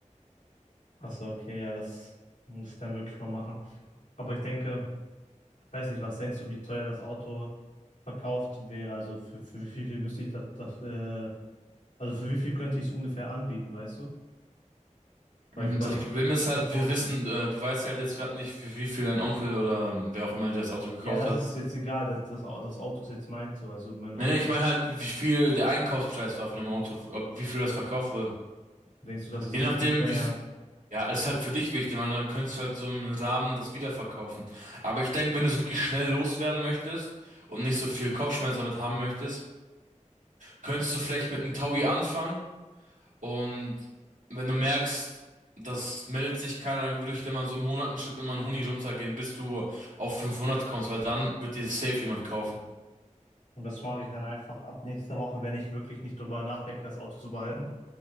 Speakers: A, on the left (about 70°); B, on the right (about 75°).
A: ach so, okay, ja, das muss ich dann wirklich mal machen. Aber ich denke, Ich weiß nicht, was denkst du, wie teuer das Auto verkauft wäre? Also für, für wie viel, müsste ich das, das äh, also für wie viel könnte ich es ungefähr anbieten, weißt du? Weil
B: Mm,
A: ich überlege,
B: Das Problem
A: es wirklich
B: ist
A: zu
B: halt,
A: verkaufen.
B: wir wissen, äh, du weißt halt jetzt gerade nicht, für wie viel dein Onkel oder ähm, wer auch immer dir das Auto gekauft
A: Ja, das
B: hat.
A: ist jetzt egal, das, das, Au- das Auto ist jetzt meins so. Also mein
B: Nee,
A: Onkel,
B: nee, ich meine halt, wie viel der Einkaufspreis war von dem Auto, ob, wie viel das verkauft wurde.
A: denkst du, das ist
B: Je
A: wichtig,
B: nachdem,
A: wenn
B: wie,
A: er,
B: f- ja, ist halt für dich wichtig, weil dann könntest du halt so einen Rahmen das wiederverkaufen. Aber ich denke, wenn du es wirklich schnell loswerden möchtest und nicht so viel Kopfschmerzen damit haben möchtest, könntest du vielleicht mit einem Taui anfangen. Und wenn du merkst, das meldet sich keiner, dann würde ich dir mal in so Monaten Schritt immer einen Huni runtergehen, bis du auf 500 kommst, weil dann wird dir safe jemand kaufen.
A: und das mache ich dann einfach ab nächster Woche, wenn ich wirklich nicht drüber nachdenke, das Auto zu behalten.